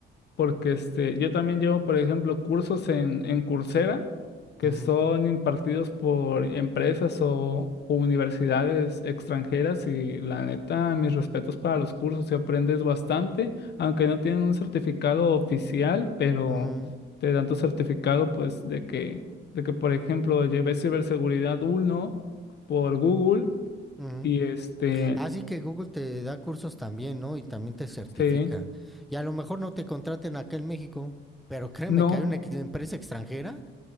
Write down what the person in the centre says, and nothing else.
Ujú,
ujú,
ujú.
Así que Google te da cursos también, ¿no? Y también te certifica.
Y a lo mejor no te contraten acá en México, pero créeme
que hay una ex- empresa extranjera